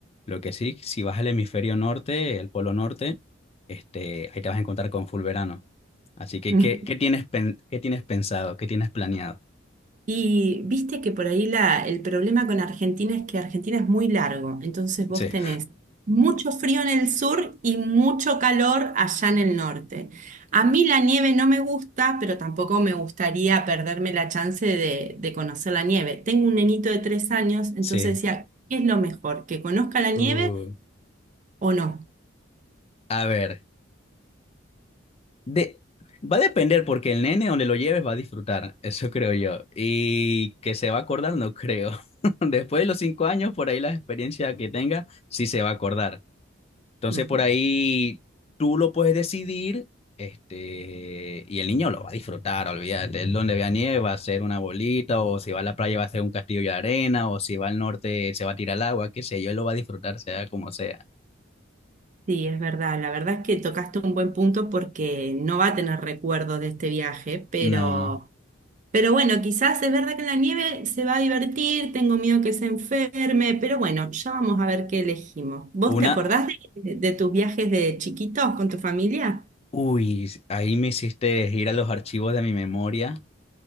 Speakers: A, on the left (about 30°); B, on the right (about 40°).
A: Lo que sí, si vas al hemisferio norte, el polo norte, este, ahí te vas a encontrar con full verano. Así que,
B: <laughs>
A: ¿qué, qué tienes, pen- qué tienes pensado? ¿Qué tienes planeado?
B: Y viste que por ahí la, el problema con Argentina es que Argentina es muy largo, entonces vos
A: Sí,
B: tenés mucho frío en el sur y mucho calor allá en el norte. A mí la nieve no me gusta, pero tampoco me gustaría perderme la chance de, de conocer la nieve. Tengo un nenito de tres años, entonces
A: <laughs>
B: decía,
A: sí.
B: ¿qué es lo mejor? ¿Que conozca la nieve
A: Uh,
B: o no?
A: a ver. De, va a depender porque el nene donde lo lleves va a disfrutar, eso creo yo. Y que se va a acordar, no creo. <laughs> Después de los cinco años, por ahí la experiencia que tenga, sí se va a acordar. Entonces,
B: Ujú.
A: por ahí tú lo puedes decidir, este, y el niño lo va a disfrutar, olvídate. Él donde vea nieve va a ser una bolita, o si va a la playa va a ser un castillo de arena, o si va al norte se va a tirar al agua, qué sé yo, él lo va a disfrutar, sea como sea.
B: Sí, es verdad. La verdad es que tocaste un buen punto porque no va a tener recuerdo de este viaje, pero...
A: No.
B: Pero bueno, quizás es verdad que en la nieve se va a divertir, tengo miedo que se enferme, pero bueno, ya vamos a ver qué elegimos. ¿Vos
A: Una,
B: te acordás de, de tus viajes de chiquitos con tu familia?
A: Uy, ahí me hiciste ir a los archivos de mi memoria.